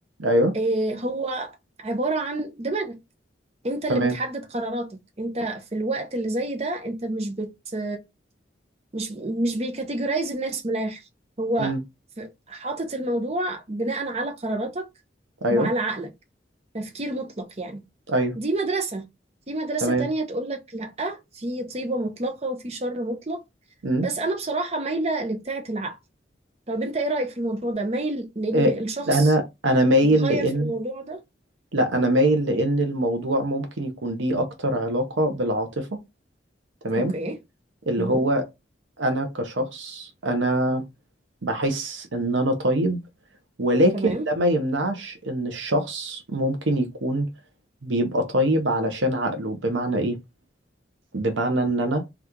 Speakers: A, on the right; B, on the right.
A: ايوه
B: آه، هو عبارة عن دماغك أنت اللي
A: تمام
B: بتحدد قراراتك أنت في الوقت اللي زي ده أنت مش بت مش مش بيكاتيجورايز الناس من الاخر هو
A: امم
B: ف- حاطط الموضوع بناء على قراراتك
A: ايوه
B: وعلى عقلك تفكير مطلق يعني
A: ايوه
B: دي مدرسة في مدرسة
A: تمام
B: تانية تقول لك لأ في طيبة مطلقة وفي شر مطلق
A: امم
B: بس أنا بصراحة مايلة لبتاعة العقل طب أنت إيه رأيك في الموضوع ده؟ مايل لأن
A: إيه
B: الشخص
A: انا انا مايل
B: مخير
A: لان
B: في الموضوع ده؟
A: لا انا مايل لان الموضوع ممكن يكون ليه اكتر علاقة بالعاطفة تمام
B: أوكي
A: اللي
B: مه.
A: هو انا كشخص انا بحس ان انا طيب ولكن
B: تمام
A: ده ما يمنعش ان الشخص ممكن يكون بيبقى طيب علشان عقله بمعنى ايه بمعنى ان انا